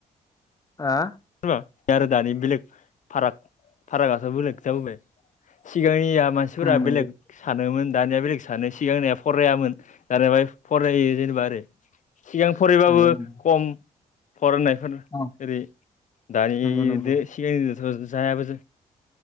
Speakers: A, on the left; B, on the left.
A: ओ?
B: बे आरो दानि बेलेग फाराग फारागाथ' बेलेग जाबोबाय। सिगांनिया मानसिफोरा
A: ओं नंगौ
B: बेलेग सानोमोन दानिया बेलेग सानो, सिगांनिया फरायामोन दानिया फरायो जेनेबा आरो सिगां फरायबाबो
A: नंगौ नंगौ
B: खम, फरायनायफोर‌
A: ओं
B: इदि दानिदो
A: नंगौ नंगौ
B: सिगांनिदोथ' जायाबो